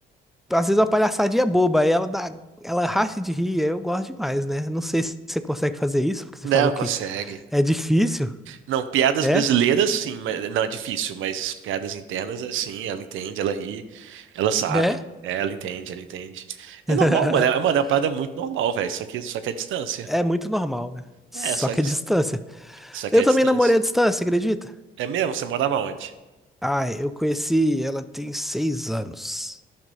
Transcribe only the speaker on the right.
Não,
consegue.
Não, piadas
brasileiras, sim, mas não é difícil, mas piadas internas, assim, ela entende, ela ri, ela sabe,
é, ela entende, ela entende. É
normal, mano, é, é, mano, é uma parada muito normal, velho, só que, só que é distância.
É, só
que,
só que
é
distância.
É mesmo? Você morava onde?